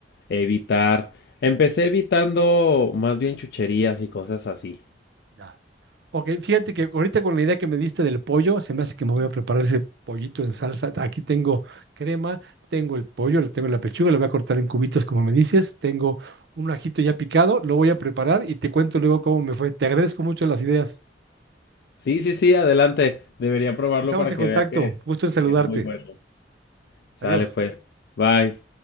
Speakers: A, on the left; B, on the right.
A: evitar. Empecé evitando más bien chucherías y cosas así.
B: Ya. Ok, fíjate que ahorita con la idea que me diste del pollo, se me hace que me voy a preparar ese pollito en salsa. Aquí tengo crema, tengo el pollo, le tengo la pechuga, la voy a cortar en cubitos como me dices, tengo un ajito ya picado, lo voy a preparar y te cuento luego cómo me fue. Te agradezco mucho las ideas.
A: Sí, sí, sí, adelante. Debería probarlo
B: Estamos
A: para
B: en
A: que
B: contacto,
A: vea que,
B: gusto en saludarte.
A: que es muy bueno. Sale
B: Adiós.
A: pues. Bye.